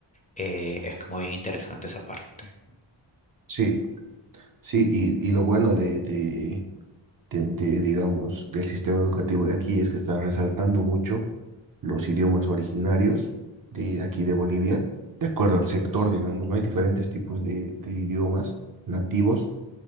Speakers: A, on the left (about 15°); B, on the right (about 45°).
A: eh, es como bien interesante esa parte.
B: sí, sí, y, y lo bueno de, de, de- de- digamos, del sistema educativo de aquí es que están resaltando mucho los idiomas originarios de aquí de Bolivia, de acuerdo al sector, digamos, ¿no? Hay diferentes tipos de, de idiomas nativos